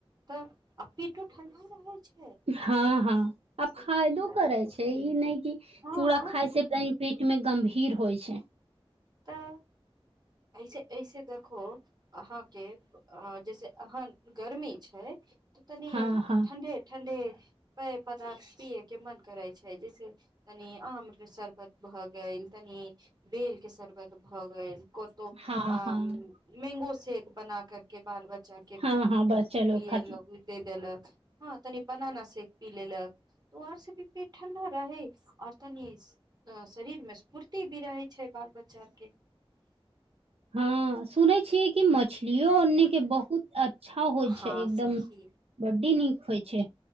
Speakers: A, on the right; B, on the right.
A: तऽ आ पेटो ठण्डा रहै छै
B: हँ हँ आब
A: पेटो
B: फायदो
A: ठंडा
B: करै
A: रहे
B: छै ई नहि कि चूड़ा
A: हँ
B: खााय से त पेटमे गम्भीर होइ छै
A: तऽ ऐसे ऐसे देखो हाँ जैसे अहाँ गर्मी छै त तनी
B: हँ हँ
A: ठण् ठणड पेय पदार्थ पियए के मन करै छै जैसे तनि आम के शर्बत भऽ गेल तनि बेल के शर्बत त भऽ गेल कोतो
B: हँ
A: आ
B: हँ
A: मैंगोस सेेक बना कर के बाल बच्चा बच्चा के
B: हँ हँ बच्चा
A: पियलक
B: लोग खातिर
A: उ दे देलक हँ तनी बनाना सेक पी लेलक तऽ ओ आरसँ भी पेट ठंडा रहै आओर तनी शरीर मे स्फूर्ति भी रहै छै बाल बच्चा ार की
B: हँ सुनै छियै कि मछलियो अने के बहुत अच्छा होइ
A: हँ
B: छै एकदम
A: सखी
B: बड्डी नीक होइ छै